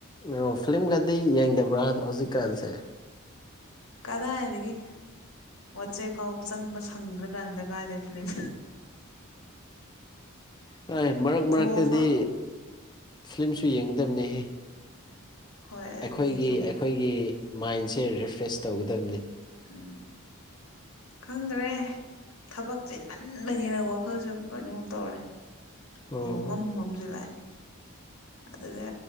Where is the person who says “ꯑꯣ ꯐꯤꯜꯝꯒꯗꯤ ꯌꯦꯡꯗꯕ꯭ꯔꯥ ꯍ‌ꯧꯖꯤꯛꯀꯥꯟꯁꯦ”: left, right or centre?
Left